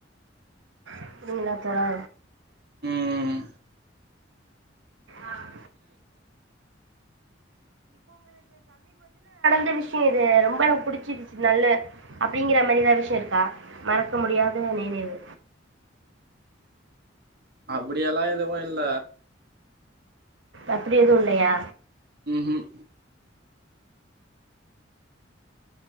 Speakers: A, on the right; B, on the right.
A: அப்பிடிங்களா தோழா
B: ம்
A: ஆஹ் ஆ விஷ் யோ இது ரொம்ப எனக்கு புடிச்சிருச்சு நல்ல அப்டிங்கற மாரி எதாது விஷயோ இருக்கா மறக்க முடியாத நினைவு
B: அப்பிடி எல்லா எதுவு இல்ல
A: அப்பிடி எதுவு இல்லையா
B: ம் ஹும்